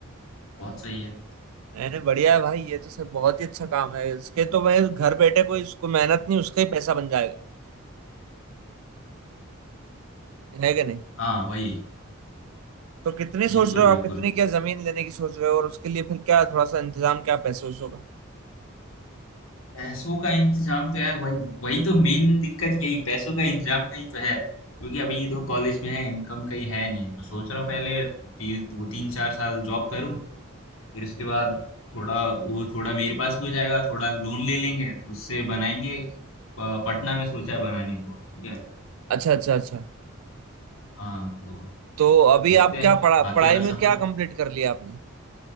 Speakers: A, on the left (about 75°); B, on the right (about 80°).
A: बहुत सही है
B: मैंने बढ़िया है भाई ये तो सब बहुत ही अच्छा काम है इसके तो भाई घर बैठे कोई इसको मेहनत नहीं उसका ही पैसा बन जाएगा है कि नहीं
A: हाँ वही
B: तो कितनी सोच
A: बिल्कुल
B: रहे हो
A: बिल्कुल
B: आप कितनी क्या जमीन लेने की सोच रहे हो और उसके लिए फिर क्या थोड़ा सा इंतजाम क्या पैसे वैसों का
A: पैसों का इंतजाम तो यार वही वही तो मेन दिक्कत यही पैसों का इंतजाम का ही तो है क्योंकि अभी ये तो कॉलेज में है इनकम कहीं है नहीं तो सोच रहा हूँ पहले ती, दो तीन चार साल जॉब करूँ फिर उसके बाद थोड़ा वो थोड़ा मेरे पास भी हो जाएगा थोड़ा लोन ले लेंगे तो उससे बनाएंगे प- पटना में सोचा है बनाने को ठीक है
B: अच्छा अच्छा अच्छा
A: हाँ तो
B: तो अभी
A: देखते
B: आप
A: हैं
B: क्या पढ़ा
A: बाकी
B: पढ़ाई
A: अगर
B: में
A: सफल
B: क्या कंप्लीट कर लिया आपने